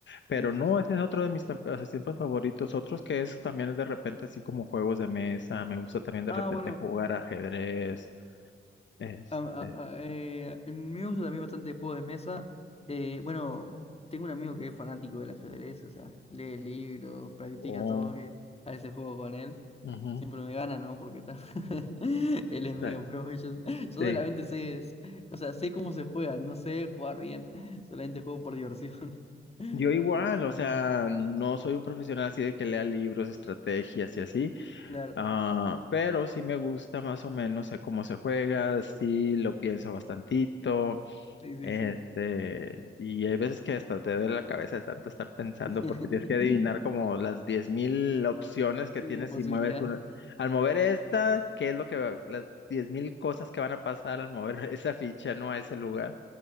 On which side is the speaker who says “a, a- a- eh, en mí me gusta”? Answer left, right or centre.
Left